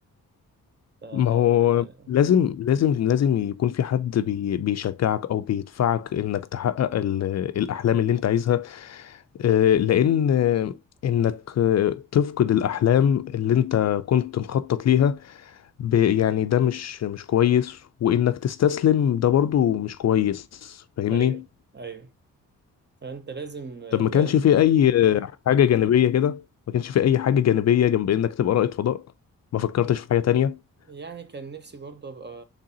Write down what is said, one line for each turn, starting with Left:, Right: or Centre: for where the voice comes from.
Right: ف... آه،
Left: ما هو لازم لازم لازم يكون في حد بي بيشجعك او بيدفعك انك تحقق ال- الاحلام اللي انت عايزها آه، لان آه، انك آه، تفقد الاحلام اللي انت كنت مخطط ليها ب- يعني ده مش مش كويس وانك تستسلم ده برضو مش كويس فاهمني
Right: أيوه أيوه فأنت لازم
Left: طب ما كانش
Right: لازم
Left: في اي آه، حاجة جانبية كده ما كانش في اي حاجة جانبية جنب انك تبقى رائد فضاء ما فكرتش في حاجة تانية
Right: يعني كان نفسي برضو أبقى